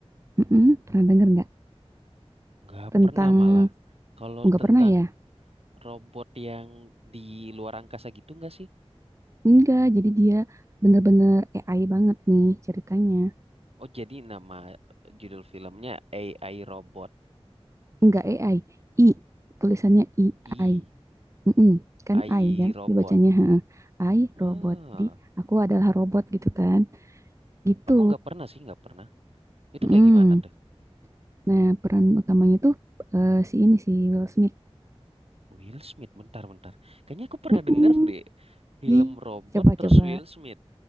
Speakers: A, on the right; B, on the right.
A: Mm-mm. Pernah dengar nggak?
B: Nggak
A: Tentang
B: pernah malah. Kalau
A: oh, nggak
B: tentang
A: pernah ya?
B: robot yang di luar angkasa gitu nggak sih?
A: Enggak. Jadi dia bener-bener AI banget nih ceritanya.
B: Oh, jadi nama judul filmnya AI Robot.
A: Enggak AI, I I, tulisannya I,
B: I,
A: I. Mm-mm. Kan
B: AI
A: I kan
B: Robot.
A: dibacanya heeh. I
B: Ah,
A: robot. Jadi aku adalah robot gitu kan? Gitu.
B: aku nggak pernah sih, nggak pernah. Itu
A: Mm.
B: kayak gimana tuh?
A: Nah, peran utamanya tuh eh, si ini si Will Smith.
B: Will Smith, bentar, bentar. Kayaknya aku pernah
A: Mm-mm.
B: denger deh film
A: Ih,
B: robot
A: coba-coba.
B: terus Will Smith.